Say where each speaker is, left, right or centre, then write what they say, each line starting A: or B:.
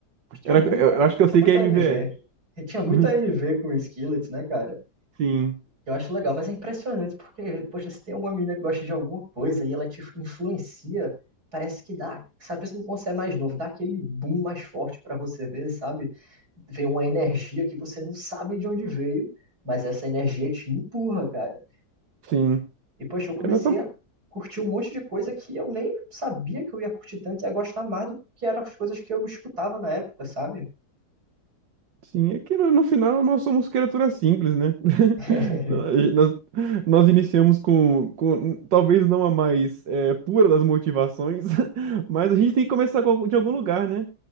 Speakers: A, on the right (about 55°); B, on the right (about 75°).
A: Tinha
B: era,
A: muita,
B: eu, eu acho que
A: tinha
B: eu sei
A: muita
B: que é AMV
A: MV.
B: é.
A: E Tinha muita
B: <laughs> Uhum,
A: MV com Skillet, né, cara?
B: Sim,
A: Eu acho legal, mas é impressionante porque, poxa, se tem uma menina que gosta de alguma coisa e ela te influencia, parece que dá, sabe, mesmo quando você é mais novo, dá aquele boom mais forte pra você ver, sabe? Vem uma energia que você não sabe de onde veio, mas essa energia te empurra, cara.
B: sim.
A: E, poxa, eu comecei
B: É nossa,
A: a curtir um monte de coisa que eu nem sabia que eu ia curtir tanto e a gostar mais do que eram as coisas que eu escutava na época, sabe?
B: sim, é que no, no final nós somos criaturas simples, né? <laughs>
A: <laughs>
B: Então, a gente- Nós, nós iniciamos com, com talvez não a mais é, pura das motivações, <laughs> mas a gente tem que começar com algum- de algum lugar, né?